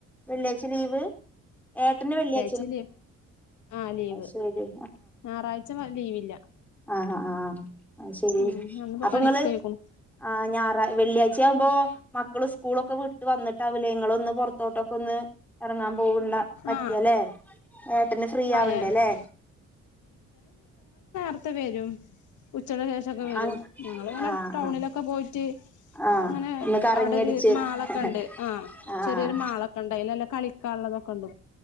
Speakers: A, in the centre; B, on the left.
A: വെള്ളിയാഴ്ച ലീവ് ഏട്ടന് വെള്ളിയാ
B: ച്ച ലീവ് ആഹ് ലീവ്
A: ശരി
B: ഞായറാഴ്ച്ച ലീവ് ഇല്ല
A: ആഹ് ആഹ് ആഹ് അത് ശരി
B: ഉം അന്നിപ്പോ
A: അപ്പൊ
B: പണിക്കോയിക്ക്ണു
A: നിങ്ങള് ആഹ് ഞാ വെള്ളിയാഴ്ച ആകുമ്പോൾ മക്കളും സ്കൂളൊക്കെ വിട്ട് വന്നിട്ട് അവിലയങ്ങളൊന്നും പുറത്തോട്ടൊക്ക ഒന്ന് ഇറങ്ങാൻ പോവണ്ട പറ്റിയല്ലേ
B: ആഹ്
A: ഏട്ടന് ഫ്രീ ആവണ്ടേയല്ലേ
B: ആഹ് ത്തെ വരും ഉച്ചക്ക് ശേഷമൊക്കെ വരും
A: ആഹ്
B: ഞങ്ങിങ്ങനെ
A: ആഹ് ആഹ്
B: ടൗണിലൊക്കെ
A: ആഹ്
B: പോയിട്ട്
A: ആഹ്
B: അങ്ങനെ
A: ഒന്ന് കറങ്ങിയടിച്ച്
B: അവിടെ ഒരു മാളൊക്കെ
A: ആഹ്
B: ഉണ്ട് ആഹ്
A: ആഹ്
B: ചെറിയൊരു മാളൊക്കെ ഉണ്ട് അതിൽ എല്ലാം കളി കള്ളതൊക്കെ ഉള്ളത്